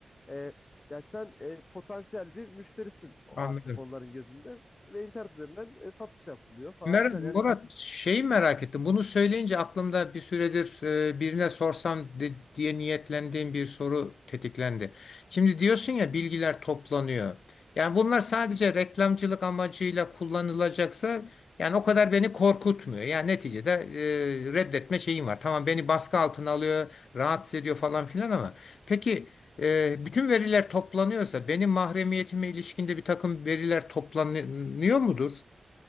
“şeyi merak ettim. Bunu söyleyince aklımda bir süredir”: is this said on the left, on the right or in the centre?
Left